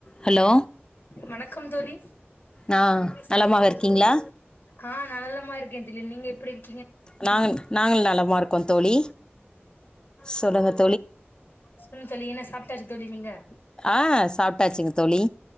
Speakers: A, on the left; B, on the left.
A: Hello
B: வணக்கம் தோழி
A: நான்
B: பேசுங்க
A: நலமாக இருக்கீங்களா
B: ஆ நல்லமா இருக்கே தோழி நீங்க எப்டி இருக்
A: நாங்க நாங்கள் நலம் க்கோம் தோழி சொல்லுங்கத்
B: சொல்லு தோழி என்ன சாப்ட்டா தோழி நீங்க
A: ஆ சாப்ட்டாச்சிங்க தோழி